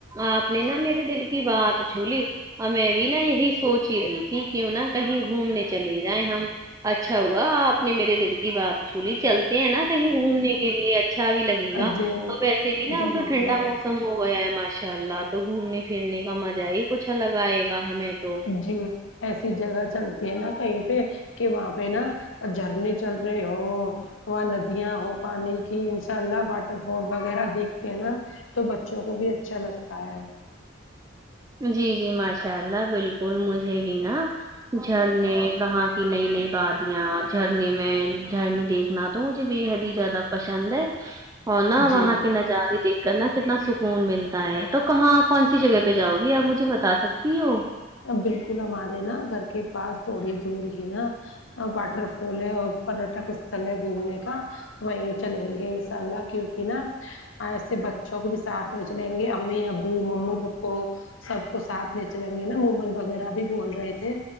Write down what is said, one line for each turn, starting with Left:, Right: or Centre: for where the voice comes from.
Right: آپ نے نہ میرے دل کی بات چھو لی اور میں بھی نا یہی سوچ ہی رہی تھی کیوں نہا کہیں گھومنے چلے جائیں ہم اچھا ہوا آپ نے میرے دل کی بات چھولی چلتے ہیں نا کہیں گھومنے کے لیے اچھا بھی لگے
Left: جی
Right: گا اور ویسے بھی نہ
Left: جی بالکل
Right: تو ٹنڈا موسم ختم ہو گیا ہے ماشاء اللہ تو گھومنے پھرنے کا مزہ ہی کچھ لگ آئے گا ہمیں تو
Left: جی ایسی جگہ چلتے ہے نا کہیں پہ کے وہا پے نہ جھاڑنے چل رہے ہو وہا ندیاں ہو پانی کی انشاء اللہ واٹر فال وغیرہ دیکھتے ہیں نا تو بچوں کو بھی اچھا لگتا ہے
Right: جی جی ماشاء اللہ بالکل مجھے بھی نا جھرنے وہاں کہ نئی نئی بادیاں جھرنے میں جھرنے دیکھنا تو مجھے بے حد ہی زیادہ پسند ہے ہونا
Left: جی
Right: وہاں کے نظارے دیکھ کرنا کتنا سکون ملتا ہے تو کہاں کون سی جگہ پہ جاؤ گی آپ مجھے بتا سکتی ہو
Left: بالکل ہمارے نا گھر کے پاس تھوڑی دور ہی نا واٹر فال ہے اور پریٹک استل ہے گھومنے کا وہیں چلیں گے انساء اللہ کیوکی نہ ایسے بچوں کو بھی ساتھ لے چلیں گے امی ابو ممی پپو سب کو ساتھ لے چلیں گے نہ ویمن وغیرہ بھی بول رہے تھے